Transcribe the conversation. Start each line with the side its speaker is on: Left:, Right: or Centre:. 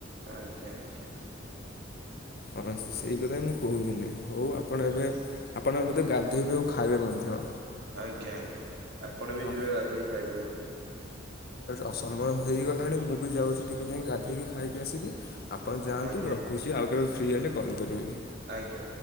Right: ଆଜ୍ଞା ଆଜ୍ଞା।
Left: ହଁ ସେଇ କଥା ହିଁ ମୁଁ କହୁଥିଲି ହଉ ଆପଣ ଏବେ ଆପଣ ଏ ବୋଧେ ଗାଧେଇବେ ଆଉ ଖାଇବେ ମଧ୍ୟ।
Right: ଆଜ୍ଞା ଆଜ୍ଞା ଆପଣ ବି
Left: ହଁ।
Right: ଯିବେ ଗାଧେଇକି ଖାଇ ଦିଅନ୍ତୁ।
Left: ଅସମୟ ହେଇଗଲାଣି ମୁଁ ବି ଯାଉଛି ଟିକେ ଯାଇକି ଗାଧେଇକି ଖାଇକି ଆସିବି। ଆପଣ ଯାଆନ୍ତୁ
Right: ଆଜ୍ଞା
Left: ମୁଁ ରଖୁଛି ଆଉ କେବେ ଫ୍ରି ହେଲେ କଲ୍ କରିବି।
Right: ଆଜ୍ଞା।